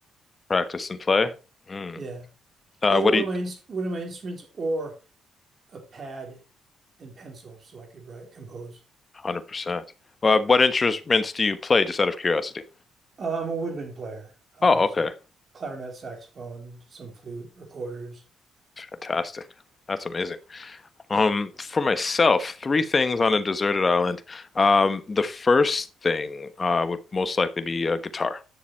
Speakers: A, on the left; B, on the right.
A: Practice and play. Mm.
B: Yeah,
A: Uh,
B: either
A: what
B: one
A: do you?
B: of my inst- one of my instruments or a pad and pencil, so I could write compose.
A: 100%. Uh, what instruments do you play, just out of curiosity?
B: Uh, I'm a woodwind player, uh,
A: Oh, okay.
B: so clarinet, saxophone, some flute, recorders.
A: Fantastic. That's amazing. Um, for myself, three things on a deserted island. Um, the first thing uh, would most likely be a guitar.